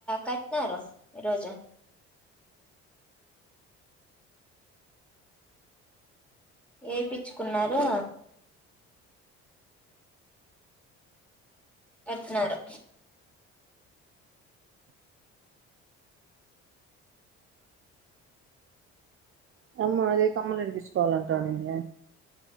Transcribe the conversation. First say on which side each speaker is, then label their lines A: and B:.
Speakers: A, in the centre; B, on the right (about 40°).
A: కట్నారు ఈరోజు ఏ పిచ్చుకున్నారు ఎత్తినారు
B: తమ్మా అదే కమ్మలు ఇడిపించుకోవాలంటానేది